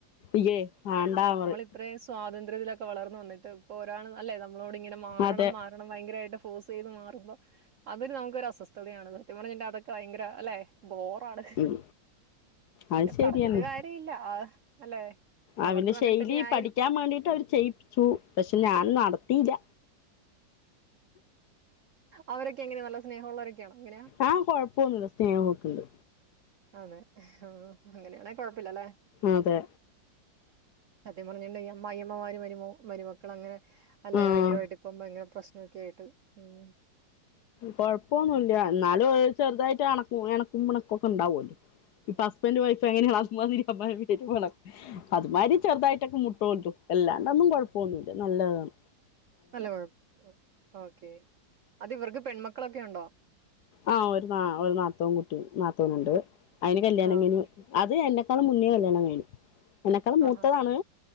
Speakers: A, on the left (about 65°); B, on the right (about 65°).
A: യ്യേ വേണ്ടാ പറയും.
B: അത്രേ സ്വാതന്ത്ര്യത്തിലൊക്കെ വളർന്നു വന്നിട്ട് ഇപ്പോ ഒരാൾ അല്ലേ നമ്മളോട് ഇങ്ങനെ മാറണം
A: അതെ
B: മാറ ണം ഭയങ്കരയിട്ട് ഫോഴ്സ് ചെയ്ത് മാറുമ്പോ അതൊരു നമുക്ക് ഒരസ്വസ്ഥതയാണ് സത്യ പറഞ്ഞാന്റെ അതൊക്കെ ഭയങ്കര അല്ലെ? ബോറാണ്
A: ഉം
B: പിന്നെ
A: അത് ശരിയന്നെ
B: പറഞ്ഞിട്ട് കാര്യ ഇല്ല. ആഹ് അല്ലെ? അവർക്കും
A: അവന്റെ
B: അങ്ങനെ
A: ശൈലി
B: തന്നെ ആയിരിക്കും
A: പഠിക്കാൻ വേണ്ടിട്ട് അവര് ചെയ്യിപ്പിച്ചു പക്ഷെ ഞാൻ നടത്തിയില്ല
B: അവരൊക്കെ എങ്ങനെ നല്ല സ്നേഹമുള്ളവരൊക്കെയാണോ എങ്ങനെയാ?
A: ആഹ് കൊഴപ്പൊന്നുല്ല സ്നേഹം ഒക്കെയുണ്ട്.
B: അതെ ആഹ് അങ്ങനെയാണെ കൊഴപ്പല്ലല്ലേ.
A: അതെ
B: സത്യം പറഞ്ഞിട്ടുണ്ടങ്കി അമ്മായിയമ്മ മരുമോ മരുമക്കൾ അങ്ങനെ അല്ലേ
A: ആ
B: ഭയങ്കരമായിട്ട് ഇപ്പം ഭയങ്കര പ്രശ് ആഹ് കേട്ടു ഉം
A: കൊഴപ്പന്നുല്ല എന്നാലും ചെറുതായിട്ട് എണക്കും പിണക്കൊക്കെ ഉണ്ടാവോല്ലോ? ഇപ്പ ഹസ്ബന്റ് വൈഫ് എങ്ങനെയാ അമാതിരിയാ അമ്മായെ വിട്ടേച്ച് പോണം അതുമാരി ചെറുതായിട്ടൊക്കെ മുട്ട്കിട്ടും എല്ലാണ്ട് ഒന്നും കുഴപ്പമൊന്നുല്ല നല്ലതാണ്.
B: നല്ല കുഴപ്പം ഓക്കെ അത് ഇവർക്ക് പെൺമക്കളൊക്കെ ഉണ്ടോ?
A: ആഹ് ഒരു നാ ഒരു നാത്തൂൻകുട്ടി നാത്തൂൻ ഉണ്ട് അയ്ന് കല്യാണം
B: ആഹ്
A: കഴിഞ്ഞു അത് എന്നെക്കാളും മുന്നേ കല്യാണം കഴിഞ്ഞു. എന്നെക്കാളു മൂത്തതാണ്
B: ആഹാ